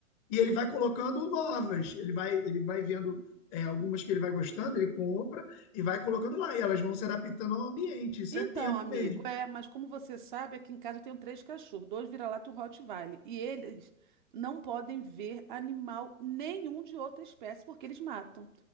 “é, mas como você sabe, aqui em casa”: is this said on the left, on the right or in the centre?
Right